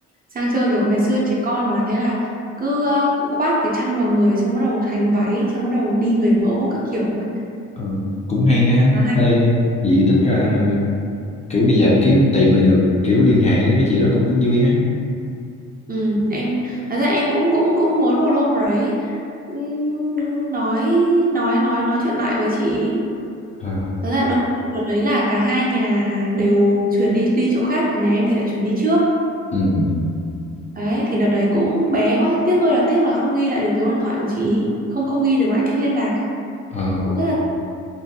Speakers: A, on the right; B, on the left.
A: sang chơi kiểu ngày xưa trẻ con mà thế là cứ ờ, khoác cái chăn vào người xong bắt đầu thành váy xong bắt đầu đi người mẫu các kiểu ấy
B: ờ cũng hay ha
A: mà hai
B: ê vậy tính ra kiểu bây giờ kiếm tìm lại được kiểu liên hệ với mấy chị đó cũng vui ha
A: ừ, em thật ra em cũng cũng cũng muốn một hôm nào đấy ừm, nói nói nói nói chuyện lại với chị ý
B: Ờ.
A: Thật ra đúng đợt đấy là cả hai nhà đều chuyển đi đi chỗ khác mà nhà em thì lại chuyển đi trước
B: ừ
A: đấy thì đợt đấy cũng bé quá tiếc ơi là tiếc là không ghi lại được số điện thoại của chị ý. không không ghi được lại cách liên lạc ấy
B: Ờ,
A: cũng rất là